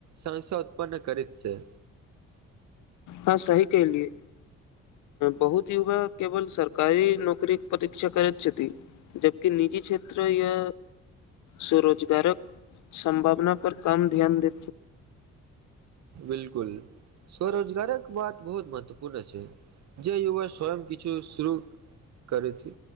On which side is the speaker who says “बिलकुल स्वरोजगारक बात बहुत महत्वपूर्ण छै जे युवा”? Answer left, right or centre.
Right